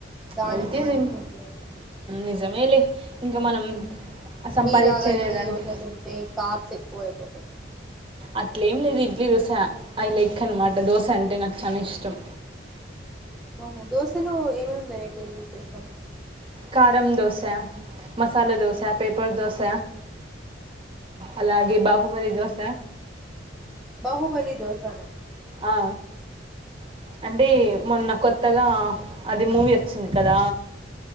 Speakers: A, in the centre; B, on the right (about 30°).
A: దానికి
B: హెల్త్ ఇజిం
A: మించి ఇంకేముండొచ్చు
B: నిజమే లే ఇంకా మనం సంపాదించేది
A: మీ లాగా ఇడ్లీ
B: లేదంటే
A: దోశ తింటే కాబ్స్ ఎక్కువ అయిపోతాయి
B: అట్లే ఏం లేదు ఇడ్లీ దోశ ఐ లైక్ అనమాట దోశ అంటే నాకు చాలా ఇష్టం
A: ఓహో దోశలో ఏమేమి వెరైటీలు చేసుకోం
B: కారం దోసా మసాలా దోస పేపర్ దోస అలాగే బాహుబలి దోశ
A: బహుబలి దోసానా
B: ఆ అంటే మొన్న కొత్తగా అది మూవీ వచ్చింది కదా